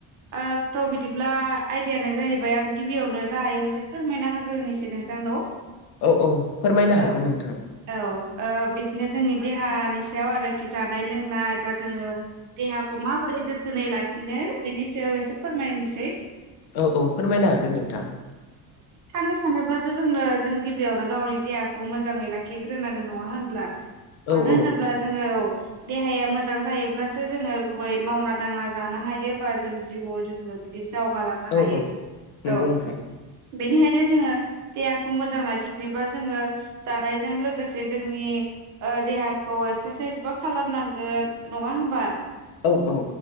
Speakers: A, on the right (about 50°); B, on the left (about 65°).
A: ओ थ' बिदिब्ला आयदायानो जाहैबाय आं गिबियावनो जा हायो एसे फोरमायना होग्रोनोसै नों नोंथांनाव।
B: औ औ फोरमायनो हागोन
A: औ
B: नोंथां
A: औ ओ बिदिनो जोंनि देहानि सायाव आरोखि जानाय लोंनाय बा जोङो देहाखौ माबोरै दिनै लाखिनो बेनि सायाव एसे फोरमायनोसै
B: औ औ फोरमायनो हागोन नोंथां।
A: थांनो सानोब्लाथ' जोंनो जों गिबियावनो गावनि देहाखौ मोजाङै लाखिग्रोनांगोन नङा होनब्ला?
B: औ
A: मानो
B: औ
A: होनोब्ला जोङो देहाया मोजां थायोब्लासो जोङो गुबै मावना नांला जानो हायोबा जों जिउआव ज जों बिदिनो दावगालांनो
B: औ
A: हायो
B: औ नंगौ
A: औ।
B: नोंथां
A: बेनिखायनो जोङो देहाखौ मोजां लाखिनोबा जोङो जानायजों लोगोसे जोंनि ओ देहाखौ एक्सारसाइसबो खालामनांगोन नङा होमबा?
B: औ औ।